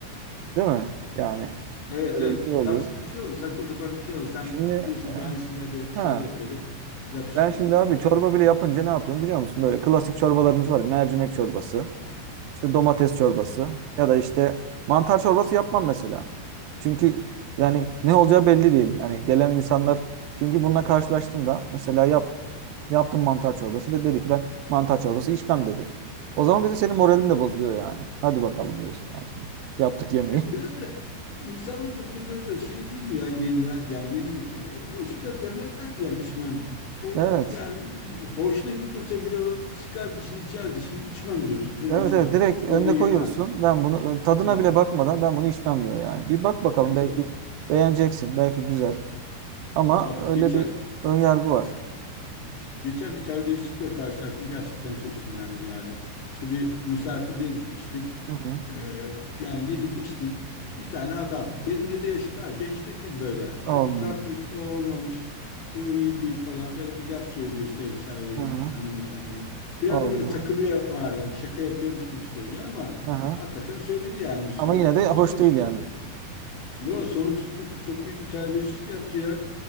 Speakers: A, on the right; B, on the left.
A: Değil mi? Yani
B: Evet
A: öyle
B: evet.
A: bir şey oluyor.
B: Tatsız bir şey olur. Saçma sapan bir şey olur. Sen
A: Şimdi
B: diyorsun
A: e,
B: beğensinler de bir
A: ha
B: şeyler yapıyorum. Laf istiyoruz
A: ben şimdi
B: bir de.
A: abi
B: Evet.
A: çorba bile yapınca ne yapıyorum biliyor musun? Böyle klasik çorbalarımız var. ya, Mercimek çorbası. işte domates çorbası ya da işte mantar çorbası yapmam mesela. Çünkü yani ne olacağı belli değil. Yani gelen insanlar çünkü bununla karşılaştım da mesela yap, yaptım mantar çorbası ve dedi ki ben mantar çorbası içmem dedi. O zaman bir senin moralin de bozuluyor yani. Hadi bakalım diyorsun yani şimdi. Yaptık yemeği.
B: Evet
A: <laughs>
B: biraz da e, insanlar da böyle biraz da şey değil mi ya yeniler yani yeni insan- eskiden demezlerdi yani içmem. O
A: Evet.
B: yani hoşuna gitmese bile o sıkar dişini içer dişini içmem diyorsun. Bunu
A: Evet
B: içmem.
A: evet direkt önüne
B: Onu yemem.
A: koyuyorsun. Ben bunu e, tadına
B: Ha.
A: bile bakmadan ben bunu içmem diyor yani. Bir bak bakalım
B: Evet
A: belki
B: evet.
A: beğeneceksin. Belki güzel. Ama
B: Bak
A: öyle
B: geçen
A: bir ön yargı var.
B: geçen bir terbiyesizlikle karşılaştım. Gerçekten çok sinirlendim yani. İşte bir misafirliğe gitmiştik.
A: Hı hı.
B: Ee, yani yedik içtik. Bir tane adam. Benimle de yaşıt ha. Genç de değil böyle. Ay
A: Olmadı
B: bir kapris o olmamış. Bu iyi değil falan. Böyle bir laf söylüyor işte ev sahibinin,
A: Aha.
B: hanımefendinin. Biraz
A: Allah
B: da böyle takılıyor
A: Allah.
B: var yani. Şaka yapıyormuş gibi söylüyor ama
A: Aha.
B: hakikaten söyledi yani bir sürü.
A: Ama yine de hoş
B: Sonra
A: değil
B: tuttu.
A: yani.
B: Yo sonra tuttu. Çok büyük bir terbiyesizlik yaptı ya.